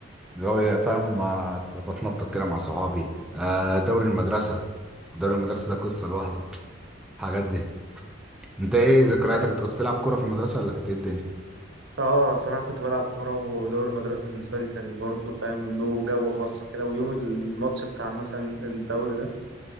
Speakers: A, in the centre; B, on the right.
A: اللي هو يا فاهم مع- بتنطط كده مع صحابي آه، دوري المدرسة دوري المدرسة ده قصة لوحده الحاجات دي انت ايه ذكرياتك
B: أيوة.
A: انت كنت بتلعب كورة في المدرسة ولا كانت ايه الدنيا
B: اه الصراحه كنت بلعب كوره ودوري المدرسه بالنسبه لي كان برضه فاهم له جو خاص كده ويوم الماتش بتاع مثلا الدوري ده